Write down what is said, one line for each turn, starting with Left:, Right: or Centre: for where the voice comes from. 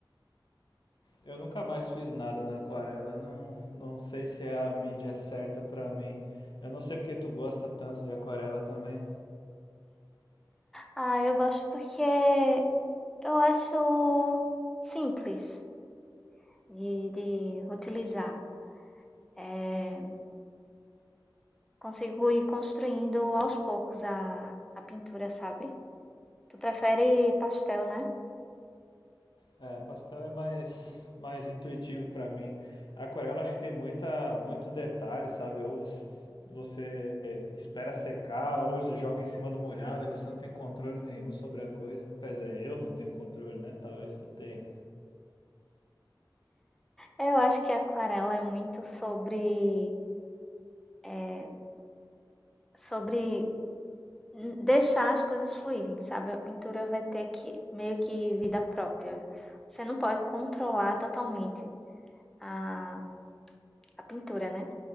Left: eu nunca mais fiz nada na aquarela. Não, não sei se é a mídia certa para mim. Eu não sei porque tu gosta tanto de aquarela também.
Centre: Ah, eu gosto porque eu acho simples de, de utilizar. Eh, consigo ir construindo aos poucos a, a pintura, sabe? Tu prefere pastel, né?
Left: É, pastel é mais, mais intuitivo para mim. Aquarela acho que tem muita, muito detalhe, sabe? Ou você, você espera secar, ou você joga em cima do molhado, aí você não tem controle nenhum sobre a coisa. Quer dizer, eu não tenho controle, né? Talvez tu tenha.
Centre: Eu acho que a aquarela é muito sobre, eh, sobre n- deixar as coisas fluírem, sabe? A pintura vai ter que meio que vida própria. Você não pode controlar totalmente a, a pintura, né?